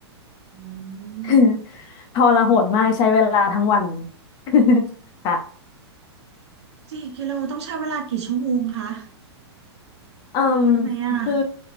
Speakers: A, on the right; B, on the left.
A: อื
B: <coughs>
A: ม
B: <laughs> ทรหดมากใช้เวลาทั้งวัน <laughs> ค่ะ
A: สี่กิโลต้องใช้เวลากี่ชั่วโมงคะ
B: เอ่ม
A: ร้อนไหมอ่ะ
B: คือ